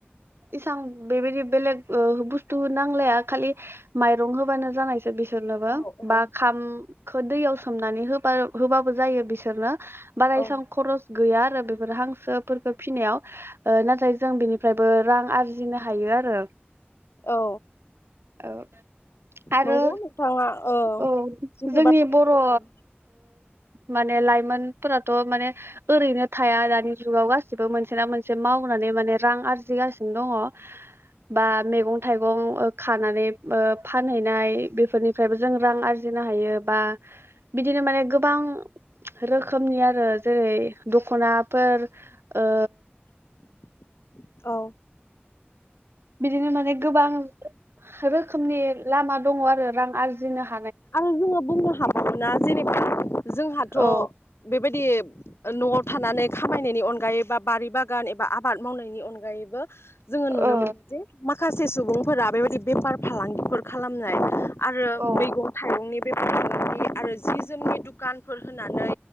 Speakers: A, on the right; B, on the left.
A: इसां बेबायदि बेलेग बुस्थु नांलाया खालि माइरं होबानो जानायसो बिसोरनोबो
B: औ
A: बा खामखो दैयाव सोमनानै होबा होबाबो जायो बिसोरनो बारा
B: औ
A: इयां खर गैया आरो बेफोर हांसोफोरखो फिनायाव नाथाय जों बेनिफ्रायबो रां आरजिनो हायो आरो
B: औ
A: औ आरो
B: नंगौ नोंथाङा ओ
A: औ
B: जिफोर
A: जोंनि
B: बाथ्राखौ
A: बर' ओ
B: बुंदों
A: माने लाइमोनफोराथ माने ओरैनो थाया दानि जुगाव गासिबो मोन सोना मोनसे मावनानै माने रां आरजिगासिनो दङ बा मैगं थाइगं खानानै फानहैनाय बेफोरनिफ्रायबो जों रां आरजिनो हायो बा बिदिनो माने गोबां रोखोमनि आरो जेरै दखनाफोर ओ
B: <inaudible> औ
A: बिदिनो माने गोबां रोखोमनि लामा दङ आरो रां आरजिनो हा
B: आरो जोङो बुंनो हाबावोना जेनेबा जोंहाथ'
A: औ
B: बेबायदि नआव थानानै खामायनायनि अनगायै बा बारि बागान एबा आबाद मावनायनि अनगायैबो जोङो नुनो
A: ओ
B: मोनो जे माखासे सुबुंफोरा बेबायदि बेफार फालांगिफोर खालामनाय आरो
A: औ
B: मैगं थाइगंनि बेफार फालांगि आरो जि जोमनि दुखानफोर होनानै